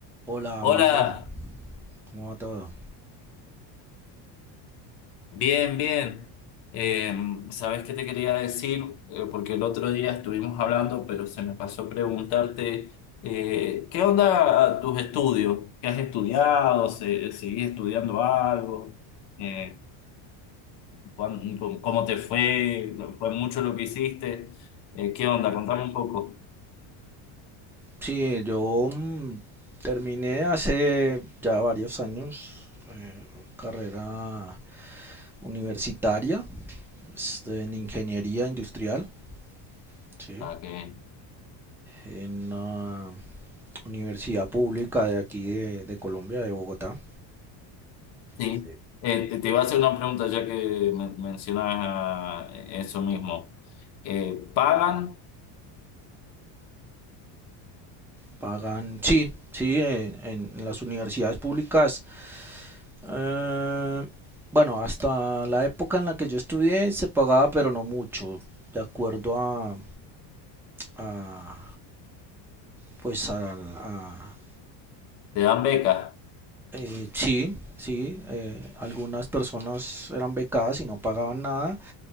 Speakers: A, in the centre; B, on the left (about 60°).
A: Hola,
B: Hola,
A: Mario, ¿cómo va todo?
B: bien, bien. Eh, ¿sabes qué te quería decir? Eh, porque el otro día estuvimos hablando, pero se me pasó preguntarte, eh, ¿qué onda tus estudios? ¿Qué has estudiado? ¿Se- eh, ¿Seguís estudiando algo? Eh, ¿cuán- cómo cómo te fue? ¿No ¿Fue mucho lo que hiciste? Eh, ¿qué onda? Contame un poco.
A: Sí, yo mm, terminé hace ya varios años eh, carrera universitaria es de- en ingeniería industrial, sí,
B: Ah, qué bien.
A: en una universidad pública de aquí de, de Colombia, de Bogotá.
B: Sí.
A: Sí.
B: Eh, te te iba a hacer una pregunta ya que men- mencionabas ah, eso mismo. Eh, ¿pagan?
A: Pagan, sí, sí, en, en las universidades públicas. eh, bueno, hasta la época en la que yo estudié se pagaba, pero no mucho, de acuerdo a, a- pues a, a-
B: Te dan becas.
A: eh, sí, sí, eh, algunas personas eran becadas y no pagaban nada,